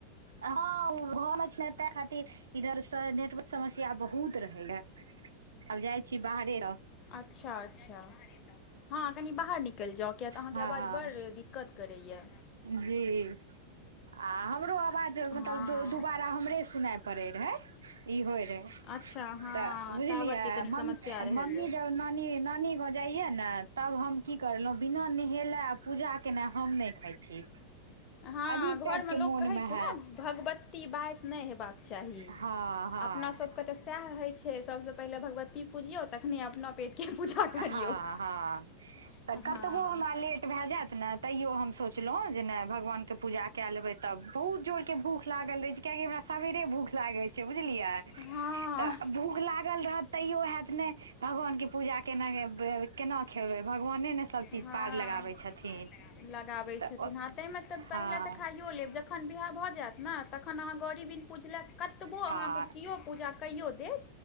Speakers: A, on the right; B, on the left.
A: हँ घन छल ने तै खातिर इधर से नेटवर्क समस्या बहुत रहे या, आब जाय छी बाहरे।
B: अच्छा- अच्छा हँ कनि बाहर निकलि जाउ। किया तऽ अहाँके
A: हँ
B: आवाज बड़ दिक्कत करैए।
A: जी। आ हमरो आवाज
B: हँ
A: मतलब दुबारा हमरे सुनाय पड़ैत रहै। ई होइ रहे।
B: अच्छा हँ
A: तऽ बुझलियै
B: टावरके कनि समस्या
A: मम्मी -
B: रहैए
A: मम्मी जब नानी गांव जाइया ने तब हम की करलहुं। बिना नहेए आ पूजा केना हम नहि खााय छी।
B: हँ
A: अजीब
B: घरमे
A: टाइप के
B: लोक
A: मोन
B: कहै
A: मे
B: छै ने
A: हैत।
B: भगवती बइस नहि होेबाक चाही
A: हँ हँ
B: अपना सब तऽ सएह होइ छै, सबसँ पहिलने भगवती पुजियौ तखने अपना पेटके पूजा
A: हँ-
B: करियौ
A: हँ तऽ
B: हँ हँ
A: कतबो हमरा ले भए जायत ने तैयो हम सोचलहुँ जे नहि। भगवान के पूजा के लेबे तब, बहुत जोर के भूख लागल रहे छै, कआाकि हमरा सबवेरे भूख लागे छै। छै बुझलिए,
B: हँ
A: तऽ भूख लागल रहत तैयो हैत ने भगवान के पूजा केनाे- केना खेबै भगवाने ने सभचीज
B: हँ
A: पार लगाबै छथिन।
B: लगाबै
A: तऽ
B: छथिन, हँ ताहिमे तऽ पहिले
A: हँ
B: तऽ खाइयो लेब, जखन बियाह भऽ जायत ने तखन अहाँ गौड़ी बिन पूजलाक कतबो
A: हँ
B: अहाँके केओ पूजा कैयो देत,